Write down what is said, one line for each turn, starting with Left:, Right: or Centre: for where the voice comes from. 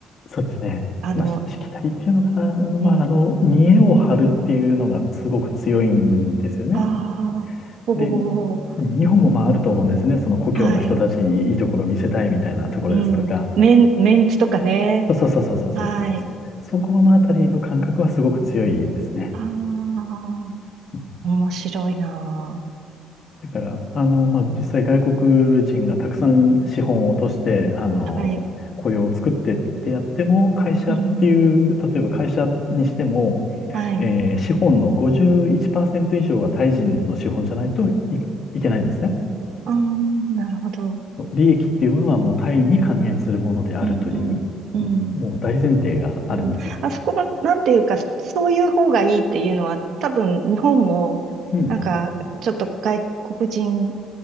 Left: そうですね。
Right: あの、
Left: まあ、ししきたりっていうのかな。まあ、
Right: うん
Left: あの、見栄を張るっていうのがすごく強いんですよね。
Right: ああ、お
Left: で、
Right: お、
Left: 日本もまああると思うんですね。その故郷の人たちにいいところを見せたいみたいなところですとか。
Right: はい。うん。メン、メンツとかね。
Left: そうそうそうそうそうそうそうそう。
Right: はい。
Left: そこのあたりの感覚はすごく強いですね。
Right: ああ、
Left: うん
Right: 面白いな
Left: だから、あの、まあ、実際外国人がたくさん資本を落として、あの、
Right: あ。はい。
Left: 雇用を作ってってやっても、会社っていう、
Right: うん、うん。
Left: 例えば会社にしても、
Right: はい。
Left: えー資本の51%以上はタイ人の資本じゃないとい、いけないんですね。
Right: ああ、なるほど。
Left: そう利益っていうものはもうタイに還元するものであるという、
Right: うん、うん、うん、
Left: うん、もう大前提があるんです。
Right: うん。あそこも、なんていうか、そういう方がいいっていうのは、多分、日本も、
Left: うん、
Right: なんか、ちょっと外国人